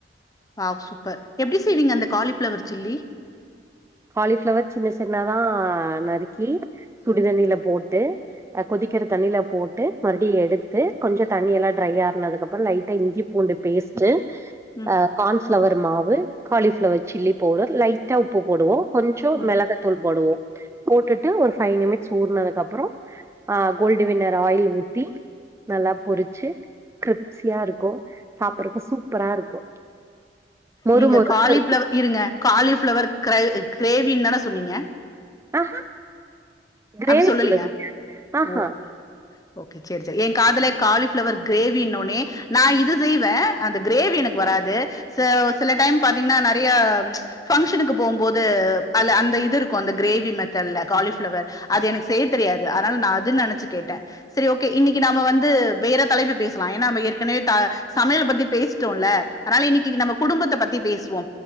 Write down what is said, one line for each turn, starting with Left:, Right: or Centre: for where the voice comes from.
Left: ஆ சூப்பர் எப்டி செய்வீங்க அந்த காலி ப்ளவர் சில்லி
Right: காலிஃப்ளவர் சின்ன சின்னதா நறுக்கி சுடு தண்ணில போட்டு அ கொதிக்கிற தண்ணில போட்டு மறுப்டி எடுத்து கொஞ்ச தண்ணியல்லா ட்ரை ஆறுனதுக்கப்புற லைட்டா இஞ்சி பூண்டு பேஸ்ட்டு
Left: ம்
Right: அ கான்ஃப்ளவர் மா வு காலிஃப்ளவர் சில்லி பவுடர் லைட்டா உப்பு போடுவோ கொஞ்சொ
Left: ம்
Right: மெளக தூள் போடுவோ போட்டுட்டு ஒரு ஃபைவ் நிமிட்ஸ் ஊறுனதுக்கப்றொ அ கோல்டு வின்னர் ஆயில் ஊத்தி நல்லா பொரிச்சு கிரிப்ஸியா இருக்கு சாப்புறக்கு சூப்பரா இருக்கு மொறு
Left: நீங்க
Right: மொறுன்னு
Left: காலிப்ளவ
Right: இருக்கு
Left: இருங்க காலி ஃப்ளவர் கல் கிரேவின் தான சொன்னீங்க
Right: ஆஹா கிரேவி
Left: அப்டி சொல்லலையா
Right: சொல்லலிங்க ஆஹா
Left: ஓ ஓகே சேர் செரி எ காதுல காலிஃப்ளவர் கிரேவின்னோனே நா இது செய்வே அந்த கிரேவி எனக்கு வராது ச சில டைம் பாத்தீங்கனா நெறைய ஃபங்ஷனுக்கு போம்போது அல அந்த இது இருக்கு அந்த கிரேவி மெத்தட்ல காலிஃப்ளவர் அது எனக்கு செய்ய தெரியாது அதனால் நா அதுன் நெனச்சு கேட்டே செரி ஓகே இன்னைக்கு நாம வந் து வேற தலைப்பு பேசலா ஏனா நம்ம ஏற்கனவே த சமையல பத்தி பேசிட்டோல்ல அனால இன்னக்கி நம்ம குடும்பத்த பத்தி பேசுவோ